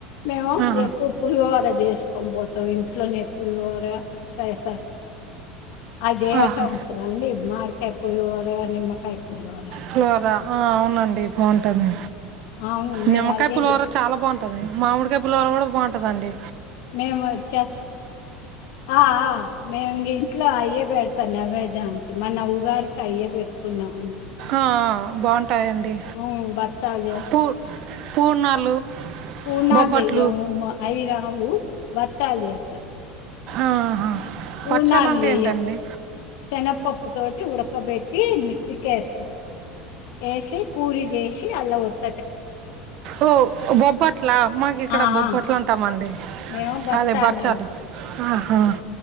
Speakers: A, on the left; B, on the right.
A: మేము
B: ఆహా
A: గెక్కువ పులిహోర‌ జేస్కొని పోతం ఇంట్లోనే పులిహోర పైస అజేయటం
B: ఆహా
A: వస్తదా అండి మాడికాయ్ పులిహోర నిమ్మకాయ పులిహోర
B: పులిహోర ఆ అవునండి బావుంటది
A: అవును మేము
B: నిమ్మకాయ
A: అయ్యే
B: పులిహోర
A: చే
B: చాలా బాగుంటదండి మామిడికాయ పులిహోర కూడా బాంటదండి
A: మేమోచ్చెస్ ఆ ఆ మేము ఇంట్లో అయ్యే పెడతాం నవేద్యానికి మొన్న ఉగాదికి అయ్యే పెడ్ తిన్నం
B: ఆ బాగుంటాయండి
A: ఉమ్, బచ్చాలు
B: పూ పూర్ణాలు
A: పూర్ణాల్
B: బొబ్బట్లు
A: జెయ్యం బ అయి రావు బచ్చాల్ చేత్ స
B: ఆహా
A: పూర్ణాలు
B: బచ్చాలు అంటే
A: చెయ్యం
B: ఏంటండి
A: శనగపప్పు తోటి ఉడకబెట్టి మిత్తికెస్తం ఏసి పూరి జేషి అల్ల వత్
B: ఓ బొబ్బట్లా మాకు ఇక్కడ
A: ఆ
B: బొబ్బట్లు
A: ఆ,
B: అంటామండి
A: మేము
B: అదే బచ్చాలు
A: అంటాం
B: ఆహా